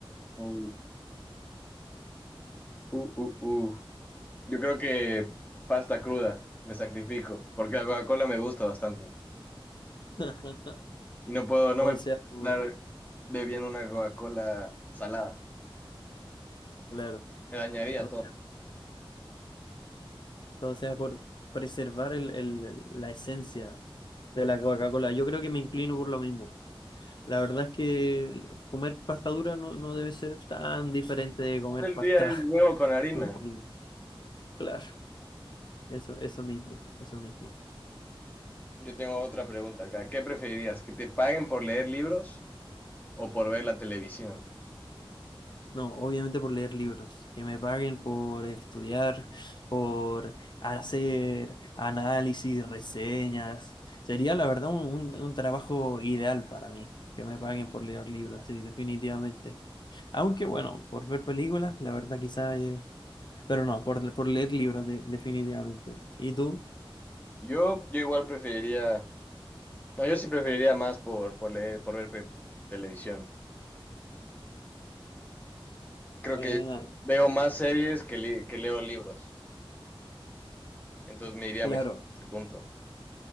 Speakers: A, on the left; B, on the left.
A: Uh, uh, uh, uh. Yo creo que pasta cruda, me sacrifico, porque la Coca-Cola me gusta bastante.
B: <laughs>
A: Y no puedo, no
B: Todo
A: me puedo
B: sea por,
A: estar bebiendo una Coca-Cola salada.
B: claro,
A: Me dañaría
B: todo,
A: todo.
B: todo sea por preservar el, el- la esencia de la Coca-Cola. Yo creo que me inclino por lo mismo. La verdad es que comer pasta dura no, no debe ser tan diferente de comer
A: El
B: pasta.
A: día es huevo con
B: <laughs>
A: harina.
B: verde. Claro, eso, eso mismo, eso mismo.
A: Yo tengo otra pregunta acá. ¿Qué preferirías? ¿Que te paguen por leer libros o por ver la televisión?
B: No, obviamente por leer libros, que me paguen por estudiar, por hacer análisis, reseñas. Sería la verdad un, un- un trabajo ideal para mí, que me paguen por leer libros, sí, definitivamente. Aunque bueno, por ver películas, la verdad quizás... Pero no, por, por leer libros, de- definitivamente. ¿Y tú?
A: Yo, yo igual preferiría. No, yo sí preferiría más por, por leer, por ver pe- televisión. Creo
B: Buena.
A: que veo más series que, li- que leo libros. Entonces me iría
B: Claro,
A: mejor a ese punto.